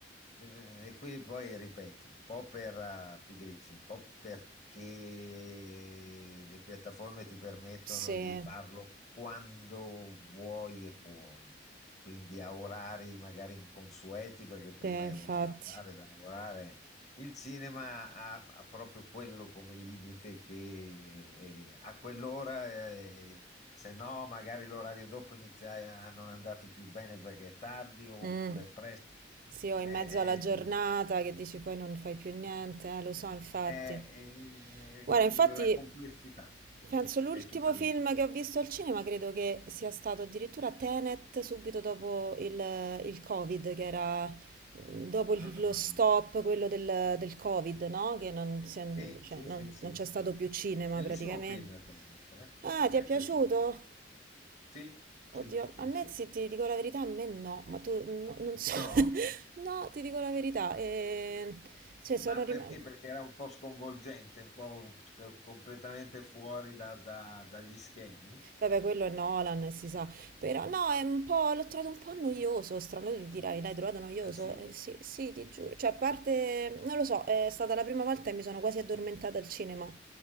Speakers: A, on the left; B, on the right.
A: Eh, E quindi poi ripeto, un po' per ah, pigrizia, un po' perché le piattaforme ti permettono
B: sì,
A: di farlo quando vuoi e puoi, quindi a orari magari inconsueti, perché prima
B: sì, infatti.
A: hai avuto da fare, da lavorare il cinema ha, ha proprio quello come limite che eh, a quell'ora, eh, se no magari l'orario dopo inizia a non andarti più bene perché è tardi oppure
B: Mm.
A: è presto.
B: Sì, o
A: Eh,
B: in mezzo alla giornata che dici poi non fai più niente, eh, lo so, infatti.
A: eh, eh, eh,
B: Guarda,
A: la
B: infatti,
A: complessità
B: penso l'ultimo
A: è tutta
B: film
A: lì.
B: che ho visto al cinema credo che sia stato addirittura Tenet subito dopo il, il Covid, che era dopo
A: Ah,
B: il- lo
A: mamma
B: stop,
A: mia.
B: quello del, del Covid, no? Che non, si è-
A: Sì,
B: cioè,
A: sì,
B: non-
A: sì, sì,
B: non c'è
A: sì.
B: stato più cinema
A: Bellissimo
B: praticamente.
A: film, Tennis, eh?
B: Ah,
A: A me
B: ti è
A: è
B: piaciuto?
A: piaciuto. Sì, sì,
B: Oddio,
A: sì,
B: a me
A: sì.
B: sì,
A: sì.
B: ti dico la verità, a me no, ma tu no- non so.
A: No?
B: <laughs> No, ti dico la verità. eh, cioè, sono
A: Ma
B: rimasta.
A: perché? Perché era un po' sconvolgente, un po' completamente fuori da- da- dagli schemi.
B: Vabbè, quello è Nolan, si sa. Però no, è un po', l'ho trovato un po' noioso, strano, tu dirai, l'hai trovato noioso?
A: Ah sì?
B: Eh, sì, sì, ti giuro. Cioè, a parte, non lo so, è stata la prima volta e mi sono quasi addormentata al cinema.